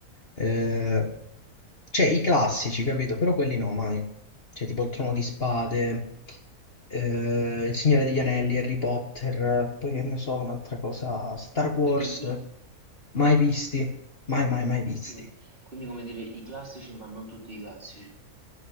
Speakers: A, on the left; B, on the right.
A: eh, cioè i classici, capito? Però quelli no, mai. Cioè tipo Il Trono di Spade, eh, Il Signore degli Anelli, Harry Potter, poi che ne so, un'altra cosa, Star Wars,
B: quindi, i-
A: mai visti, mai, mai, mai visti.
B: quindi, quindi, come dire, i classici, ma non tutti i classici.